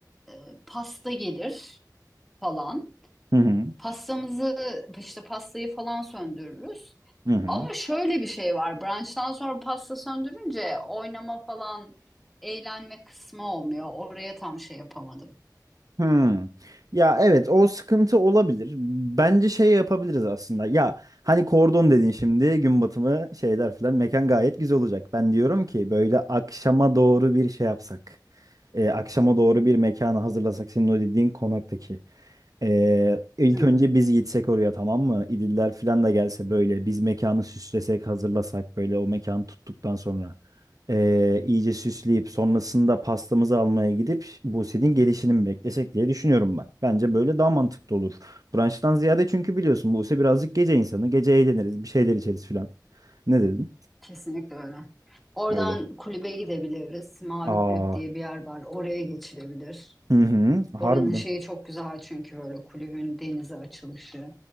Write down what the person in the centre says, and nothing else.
e, pasta gelir falan.
Pastamızı işte pastayı falan söndürürüz.
Ama şöyle bir şey var. Brunch'tan sonra pasta söndürünce oynama falan eğlenme kısmı olmuyor. Oraya tam şey yapamadım.
Hmm,
kesinlikle öyle. Oradan
kulübe gidebiliriz. Mavi
Kulüp diye bir yer var. Oraya geçilebilir.
Oranın şeyi çok güzel çünkü böyle kulübün denize açılışı,